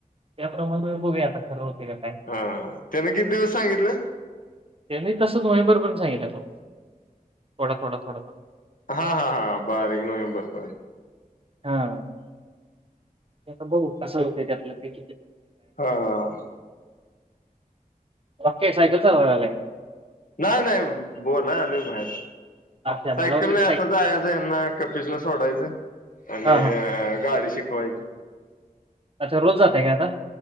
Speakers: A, on the right; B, on the left.
A: त्याप्रमाणे बघूया आता खरं होते का काय
B: हा हा त्याने किती दिवस सांगितलं?
A: त्यांनी तसं नोव्हेंबर पर्यंत सांगितल्याल. थोडा- थोडा. थोडा थोडा
B: हा हा हा बारीक नोव्हेंबर पर्यंत.
A: हा हा ते आता बघू कसं होतय त्यातलं काही
B: हा हा हा
A: वोके. सायकल चालवाय लागलाय काय?
B: नाही नाही बोलाय आलोय बाहेर.
A: अच्छा
B: सायकल
A: मला वाटलं
B: नाही
A: की
B: आता जायचं हेना कपिचला सोडायचं. आणि
A: हां, हां.
B: अ गाडी शिक वायची.
A: अच्छा रोज जाताय काय आता?